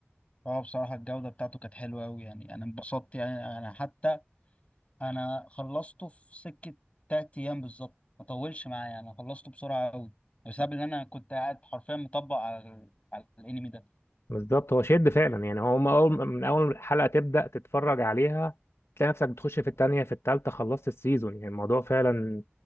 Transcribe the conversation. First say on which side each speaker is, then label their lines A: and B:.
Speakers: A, on the left (about 30°); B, on the left (about 75°).
A: اه بصراحة الجودة بتاعته كانت حلوة أوي يعني أنا انبسطت يعني أنا حتى أنا خلصته في سكة تلات أيام بالظبط ما طولش معايا أنا خلصته بسرعة أوي بسبب إن أنا كنت قاعد حرفيا مطبق على ال... على الأنمي ده
B: بالظبط هو شد فعلا يعني هو من اول من اول حلقة تبدأ تتفرج عليها تلاقي نفسك بتخش في التانية في التالتة خلصت السيزون يعني الموضوع فعلا